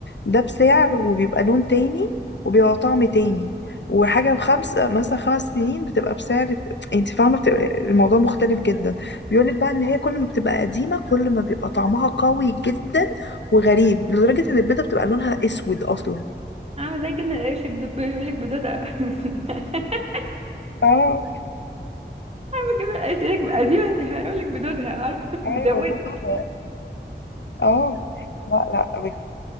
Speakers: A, on the left (about 75°); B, on the right (about 35°).
A: ده بسعر وبيبقى لون تاني وبيبقى طعم تاني وحاجة بخمس مثلا خمس سنين بتبقى بسعر انت فاهمة بتبقى الموضوع مختلف جدا بيقولك بقى ان هي كل ما بتبقى قديمة كل ما بيبقى طعمها قوي جدا وغريب لدرجة ان البيضة بتبقى لونها اسود اصلا
B: اه زي الجبنه القريش بد- بيقول لك بدودها <laughs>
A: اه
B: عارفة الجبنه القريش يقول لك قديما هيقول لك بدودها عارفه
A: ايوه
B: بدودت
A: بالظبط اه لا لا بجد